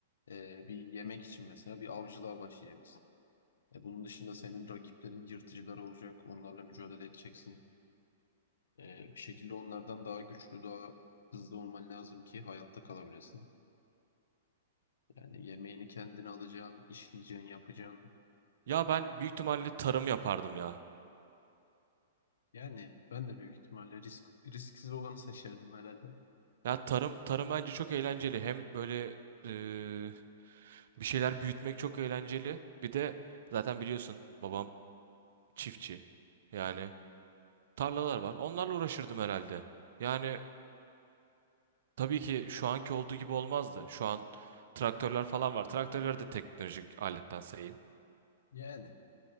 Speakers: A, on the left; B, on the right.
A: e, bir yemek için mesela bir avcılığa başlayacaksın. E, bunun dışında senin rakiplerin yırtıcılar olacak onlarla mücadele edeceksin. E, bir şekilde onlardan daha güçlü daha hızlı olman lazım ki hayatta kalabilesin. Yani yemeğini kendine alacaksın, işleyeceksin, yapacaksın.
B: Ya
A: Ya
B: ben
A: birazcık-
B: büyük ihtimalle tarım yapardım ya.
A: Yani ben de büyük ihtimalle risk risksiz olanı seçerdim herhalde.
B: Ya tarım tarım bence çok eğlenceli. Hem böyle e, bir şeyler büyütmek çok eğlenceli. Bir de zaten biliyorsun babam çiftçi. Yani
A: Aynen.
B: tarlalar var. Onlarla uğraşırdım herhalde. Yani tabii ki şu anki olduğu gibi olmazdı. Şu an traktörler falan var. Traktörleri de teknolojik aletten sayayım.
A: Yani.